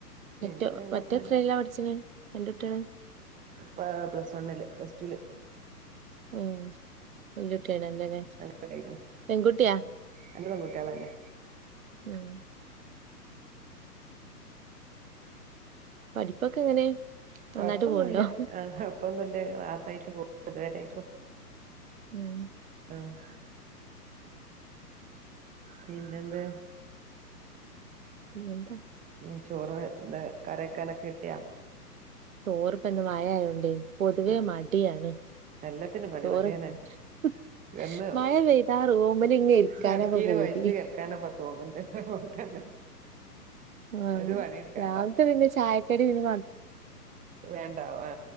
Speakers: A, on the right; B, on the right.
A: പിന്നെ
B: മറ്റൊ
A: നല്ല
B: മറ്റേ
A: വർത്താനം
B: ത്രേലാ പഠിച്ണെ എന്റെട്ട്യെള്
A: പാ പ്ലസ് വണ്ണില് പ്ലസ് റ്റൂല്
B: ഉം വെല്യട്ട്യായിനെല്ലലെ
A: നല്ലട്ടേക്കണ്
B: പെൺകുട്ടിയാ
A: രണ്ട് പെൺകുട്ടിളെന്നെ
B: ഉം പഠിപ്പൊക്കെ എങ്ങനെ നന്നായിട്ട്
A: കൊഴപ്പൊന്നുല്ല
B: പോണുണ്ടോ
A: ആഹ് കൊഴപ്പൊന്നുല്ല തെ റാഹത്തായിട്ട് <unintelligible> ഇതുവരെക്കും
B: ഉം
A: ഉ <inaudible> പിന്നെന്താ
B: പി എന്ത <inaudible> <inaudible>
A: ഉം ചോറ് എ കരക്കാനൊക്കെ കിട്ടിയാ
B: ചോർ റപ്പന്ന് വായായോണ്ടേ പൊതുവേ
A: ആ
B: മടിയാണ്
A: എല്ലാത്തിനും പണി
B: തോരച്ച
A: പണിതന്നെ
B: <inaudible>
A: കിടന്ന്
B: മഴ പെയ്താ റോമന് ഇങ്ങ ഇരിക്കാനൊക്കെ
A: കിടക്കീല്
B: പോതി
A: വലിച്ച് കിടക്കാനൊക്കെ തോന്നുന്നുണ്ട് അതുപോലെ തന്നെ
B: ആഹ
A: ഒരു പണിയെടുക്കണ്ട
B: യത പിന്നെ ചായക്കടിന്ന
A: വേണ്ട ആ